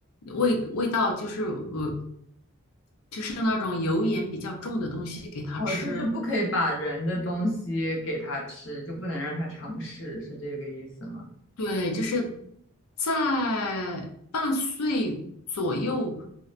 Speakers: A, on the left; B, on the left.
A: 味味道就是呃，就是那种油盐比较重的东西给它吃，
B: 哦，就是不可以把人的东西给他吃，就不能让他尝试，是这个意思吗？
A: 对，就是在半岁左右，